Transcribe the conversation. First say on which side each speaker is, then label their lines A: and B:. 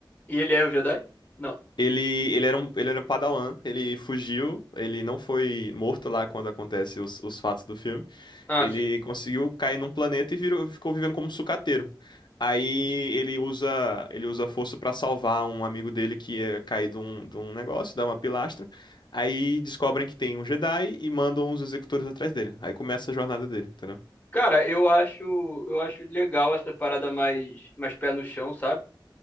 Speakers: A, on the left (about 20°); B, on the left (about 60°).
A: E ele é um Jedi? Não.
B: Ele, ele era um, ele era um Padawan, ele fugiu, ele não foi morto lá quando acontece os, os fatos do filme.
A: Ah,
B: Ele
A: sim.
B: conseguiu cair num planeta e virou- ficou vivendo como um sucateiro. Aí ele usa, ele usa a força pra salvar um amigo dele que ia cair de um, de um negócio, dá uma pilastra. Aí descobrem que tem um Jedi e mandam os executores atrás dele. Aí começa a jornada dele, entendeu?
A: Cara, eu acho, eu acho legal essa parada mais, mais pé no chão, sabe?